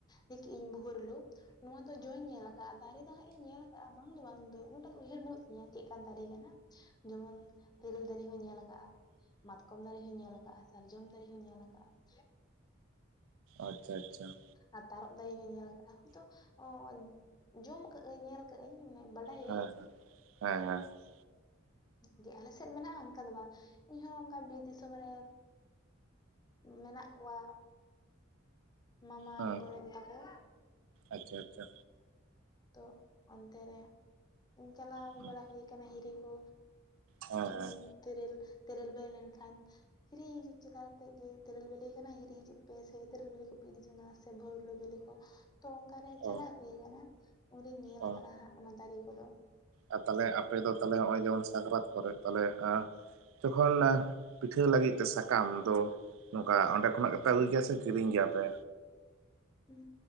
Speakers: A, on the left; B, on the right.
A: ᱠᱮᱜ ᱤᱧ ᱵᱳᱦᱩᱨᱞᱳ ᱾ ᱱᱚᱣᱟ ᱫᱚ ᱡᱚᱧ ᱧᱮᱞ ᱟᱠᱟᱜᱼᱟ ᱫᱟᱨᱮ ᱫᱚ ᱦᱟᱸᱜ ᱤᱧ ᱧᱮᱞ ᱟᱠᱟᱜ-ᱟ ᱵᱟᱝ ᱫᱚ ᱵᱟᱝ ᱫᱚ ᱩᱱᱟᱹᱴᱟᱜ ᱫᱚ ᱩᱭᱦᱟᱹᱨ ᱵᱟᱹᱱᱩᱜ ᱛᱤᱧᱟᱹ ᱪᱮᱫ ᱠᱟᱱ ᱫᱟᱨᱮ ᱠᱟᱱᱟ᱾ ᱡᱮᱢᱚᱱ ᱛᱮᱹᱨᱮᱹᱞ ᱫᱟᱨᱮ ᱦᱚᱸᱧ ᱧᱮᱞ ᱟᱠᱟᱜᱼᱟ, ᱢᱟᱛᱠᱚᱢ ᱫᱟᱨᱮ ᱦᱚᱸᱧ ᱧᱮᱞ ᱠᱟᱜᱼᱟ ᱥᱟᱨᱡᱚᱢ ᱫᱟᱨᱮ ᱦᱚᱸᱧ ᱧᱮᱞ ᱟᱠᱟᱜᱼᱟ ᱾
B: ᱟᱪᱪᱷᱟ ᱟᱪᱪᱷᱟ
A: ᱟᱨ ᱛᱟᱨᱚᱵᱽ ᱫᱟᱨᱮ ᱦᱚᱸᱧ ᱧᱮᱞ ᱟᱠᱟᱜᱼᱟ ᱦᱚᱭᱛᱚ-ᱚ, ᱡᱚᱢ ᱠᱟᱹᱜᱟᱹᱧ ᱧᱮᱞ ᱠᱟᱹᱜ ᱟᱹᱧ ᱢᱟᱱᱮ ᱵᱟᱰᱟᱭᱟᱹᱧ
B: ᱦᱮᱸ ᱦᱮᱸ ᱦᱮᱸ ᱾
A: ᱜᱮ ᱟᱞᱮ ᱥᱮᱫ ᱢᱮᱱᱟᱜ-ᱟ ᱚᱱᱠᱟ ᱫᱚ ᱵᱟᱝ ᱤᱧᱦᱚᱸ ᱚᱱᱠᱟ ᱵᱤᱨ ᱫᱤᱥᱚᱢ ᱨᱮ ᱢᱮᱱᱟᱜ ᱠᱚᱣᱟ ᱢᱟᱢᱟ
B: ᱦᱮᱸ
A: ᱜᱚᱲᱚᱢ ᱛᱟᱠᱚ᱾
B: ᱟᱪᱪᱷᱟ ᱟᱪᱪᱷᱟ
A: ᱛᱚ ᱚᱱᱛᱮ ᱨᱮ ᱪᱟᱞᱟᱣ
B: ᱦᱮᱸ
A: ᱵᱟᱲᱟ ᱦᱩᱭ ᱠᱟᱱᱟ ᱦᱤᱨᱤ ᱠᱚ᱾
B: ᱦᱮᱸ
A: ᱡᱮᱢᱚᱱ
B: ᱦᱮᱸ
A: ᱛᱮᱹᱨᱮᱹᱞ ᱛᱮᱹᱨᱮᱹᱞ ᱵᱮᱞᱮ ᱞᱮᱱᱠᱷᱟᱱ, ᱦᱤᱨᱤ ᱦᱤᱨᱤ ᱪᱟᱞᱟᱣ ᱟᱛᱮᱫ ᱜᱮ ᱛᱮᱨᱮᱞ ᱵᱮᱞᱮ ᱟᱠᱟᱱᱟ ᱦᱤᱨᱤ ᱦᱤᱡᱩᱜ ᱯᱮ ᱥᱮ ᱛᱮᱨᱮᱞ ᱵᱮᱞᱮ ᱠᱚᱯᱮ ᱤᱫᱤ ᱡᱚᱝᱟ᱾ ᱥᱮ ᱵᱷᱚᱣᱨᱚ ᱵᱤᱞᱤ ᱠᱚ ᱛᱚ ᱚᱝᱠᱟᱨᱮ ᱪᱟᱞᱟᱜ
B: ᱚ
A: ᱦᱩᱭ ᱠᱟᱱᱟ ᱾ ᱚᱰᱮᱧ ᱧᱮᱞ
B: ᱚ
A: ᱠᱟᱜ-ᱟ ᱦᱟᱸᱜ ᱚᱱᱟ ᱫᱟᱨᱤ ᱠᱚᱫᱚ᱾
B: ᱟᱨ ᱛᱟᱦᱞᱮ ᱟᱯᱮ ᱫᱚ ᱛᱟᱦᱞᱮ ᱱᱚᱜᱼᱚᱭ ᱡᱮᱢᱚᱱ ᱥᱟᱠᱨᱟᱛ ᱠᱚᱨᱮᱜ ᱛᱟᱞᱮ ᱟᱸ ᱡᱚᱠᱷᱚᱱ ᱚᱱᱟ ᱯᱤᱴᱷᱟᱹ ᱞᱟᱹᱜᱤᱫ ᱛᱮ ᱥᱟᱠᱟᱢ ᱫᱚ ᱾ ᱱᱚᱝᱠᱟ ᱚᱸᱰᱮ ᱠᱷᱚᱱᱟᱜ ᱜᱮᱯᱮ ᱟᱹᱜᱩᱭ ᱜᱮᱭᱟ ᱥᱮ ᱠᱤᱨᱤᱧ ᱜᱮᱭᱟᱯᱮ?
A: ᱩᱸ